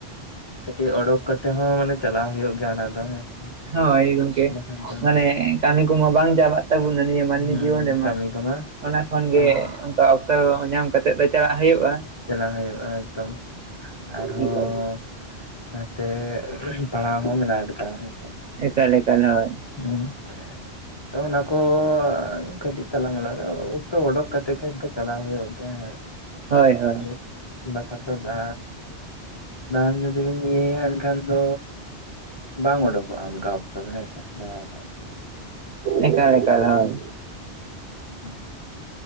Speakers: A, on the left; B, on the right.
A: ᱠᱟᱹᱴᱤᱡ ᱚᱰᱳᱠ ᱠᱟᱛᱮᱜ ᱦᱚᱸ ᱢᱟᱱᱮ ᱪᱟᱞᱟᱣ ᱦᱩᱭᱩᱜ ᱜᱮᱭᱟ ᱚᱱᱟ ᱫᱚ ᱦᱮᱸᱥᱮ᱾
B: ᱦᱳᱭ ᱜᱚᱝᱠᱮ
A: ᱵᱟᱠᱷᱟᱱ ᱫᱚ
B: ᱢᱟᱱᱮ ᱠᱟᱹᱢᱤ ᱠᱚᱢᱟ ᱵᱟᱝ ᱪᱟᱵᱟᱜ ᱛᱟᱵᱚᱱᱟ ᱱᱤᱭᱟᱹ ᱢᱟᱹᱱᱢᱤ
A: ᱦᱩᱸ
B: ᱡᱤᱭᱚᱱ ᱨᱮᱢᱟ᱾
A: ᱠᱟᱹᱢᱤ ᱠᱚᱢᱟ
B: ᱚᱱᱟ ᱠᱷᱚᱱ
A: ᱠᱟᱹᱢᱤ
B: ᱜᱮ ᱚᱱᱠᱟ ᱚᱠᱛᱚ ᱧᱟᱢ ᱠᱟᱛᱮᱫ ᱫᱚ ᱪᱟᱞᱟᱜ ᱦᱩᱭᱩᱜᱼᱟ᱾
A: ᱪᱟᱞᱟᱣ ᱦᱩᱭᱩᱜᱼᱟ ᱮᱠᱫᱚᱢ, ᱟᱨᱦᱚᱸ
B: ᱮᱠᱟᱞ
A: ᱱᱟᱛᱮ ᱯᱟᱲᱦᱟᱣ ᱦᱚᱸ ᱢᱮᱱᱟᱜ ᱠᱟᱫᱟ ᱦᱮᱸᱥᱮ᱾
B: ᱮᱠᱟᱞ ᱮᱠᱟᱞ ᱦᱳᱭ᱾ <unintelligible>
A: ᱦᱩᱸ ᱛᱟ ᱚᱱᱟᱠᱚ ᱠᱟᱹᱴᱤᱛ ᱛᱟᱞᱟ ᱢᱟᱞᱟ ᱚᱠᱛᱚ ᱚᱸᱰᱚᱠ ᱠᱟᱛᱮ ᱜᱮ ᱪᱟᱞᱟᱣ ᱦᱩᱭᱩᱜ ᱜᱮᱭᱟ,
B: ᱦᱳᱭ ᱦᱳᱭ
A: ᱟᱹ ᱵᱟᱠᱷᱟᱡ ᱫᱚ ᱫᱟ ᱵᱟᱝ ᱱᱡᱩᱫᱤ ᱵᱮᱤᱱ ᱤᱭᱟᱹᱭᱟ ᱮᱱᱠᱷᱟᱱ ᱫᱚ, ᱵᱟᱝ ᱩᱰᱩᱠᱚᱜᱼᱟ ᱚᱱᱠᱟ ᱚᱠᱛᱚ ᱫᱚ ᱦᱮᱸᱥᱮ᱾ <inaudible>
B: ᱮᱠᱟᱞ ᱮᱠᱟᱞ ᱦᱮᱸ᱾
A: ᱦᱩᱸ᱾